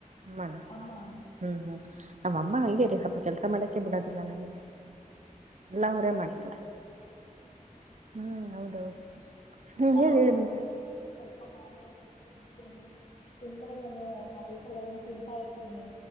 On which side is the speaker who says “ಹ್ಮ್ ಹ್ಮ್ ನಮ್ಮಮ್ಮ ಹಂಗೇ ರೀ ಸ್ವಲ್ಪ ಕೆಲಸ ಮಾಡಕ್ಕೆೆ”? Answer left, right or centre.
Right